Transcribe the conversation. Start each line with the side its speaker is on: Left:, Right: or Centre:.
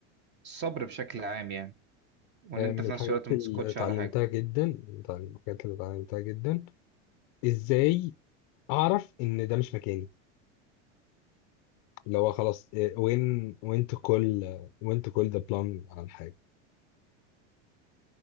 Right: الصبر بشكل عام يعني وان
Left: آه،
Right: انت
Left: من
Right: في
Left: الحاجات
Right: نفس الوقت ما
Left: اللي
Right: تسكتش
Left: اتعلمتها
Right: على حاجة
Left: جدا من الحاجات اللي اتعلمتها جدا ازاي اعرف ان ده مش مكاني اللي هو خلاص وين وين تو كول وين تو كول ذا بلان عن حاجه